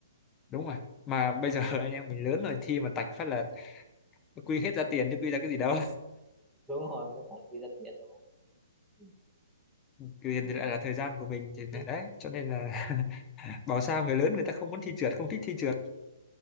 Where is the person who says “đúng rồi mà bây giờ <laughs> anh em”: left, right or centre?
Left